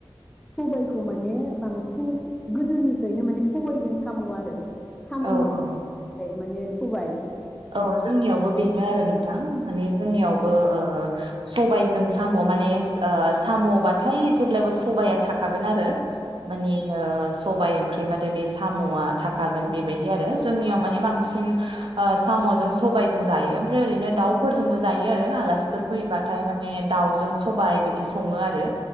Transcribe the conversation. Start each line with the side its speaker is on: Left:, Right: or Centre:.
Centre: सबाइखौ माने बांसिन गोदोनिफ्रायनो माने सबाइजों साम आरो। साम
Right: औ
Centre: <unintelligible>
Right: औ
Centre: माने। सबाइ।
Right: औ जोंनियावबो बेनो आरो नोंथां माने जोंनियावबो सबायजों <unintelligible> माने साम बाथाय जेब्लायबो सबाइआ थाखा गोन आरो। माने ओ सबाइ ओंख्रिबाथाय बे सामआ थाखा गोन
Centre: औ
Right: बेबायदि आरो जोंनियाव माने बांसिन <unintelligible> साम'जों सबायजों जायो ओमफ्राय ओरैनो दाउफोरजोंबो जायो आरो। आलासिफोर फैबाथाय माने दाावजों सबाइ बिदि सङो आरो